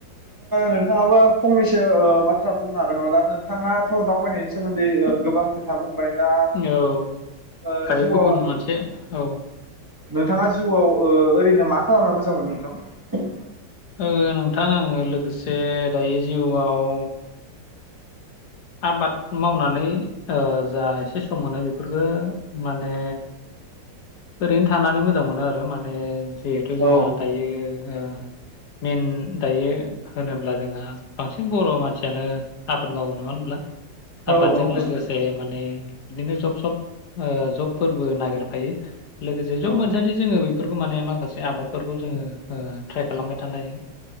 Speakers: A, on the right; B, on the left.
A: नोंथाङाबो फंनैसो बाथ्रा बुंनो हागोन न दा नोंथाङाथ' दावबायनायनि सोमोन्दै गोबां खोथा बुंबाय दा
B: औ
A: ओ
B: दायो
A: जिउआव
B: गुबुन मोनसे औ
A: नोंथाङा जिउआव ओ ओरैनो मा खालामना मोजां मोनो नोंथां
B: ओ नोंथां आङो लोगोसे दायो जिउआव आबाद मावनानै जा ओ एसे सम मोनो बेफोरखो माने ओरैनो थानानै मोजां मोनो आरो माने जिहेथु
A: औ
B: जोंहा दायो ओ मेेन दायो होनोब्ला जोंहा बांसिन बर' मानसियानो आबाद मावो नङा होन <inaudible> आबादजों
A: औ
B: लोगोसे
A: नोंथां
B: लोगोसे माने बिदिनो जब सब ओ जबफोरबो नागिरफायो लोगोसे जब
A: औ
B: मोनसानदि जोङो बे बेफोरखौ माने माखासे आबादफोरखौ जोङो ओ ट्राइ खालामबाय थानो हायो